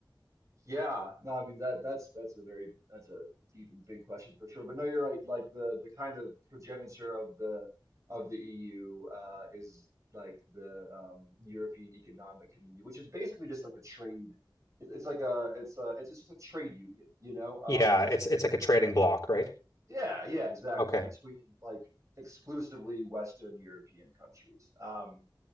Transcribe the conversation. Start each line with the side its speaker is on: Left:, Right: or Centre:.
Right: Yeah, no, I mean that that's that's a very that's a deep and big question for sure. But no, you're right. Like the the kind of progenitor of the of the EU uh, is like the um, European Economic Community, which is basically just like a trade. It, it's like a it's a it's just a trade union, you know, um,
Left: Yeah,
Right: between
Left: it's it's like a trading block, right?
Right: yeah yeah exactly
Left: Okay.
Right: between like exclusively Western European countries. Um,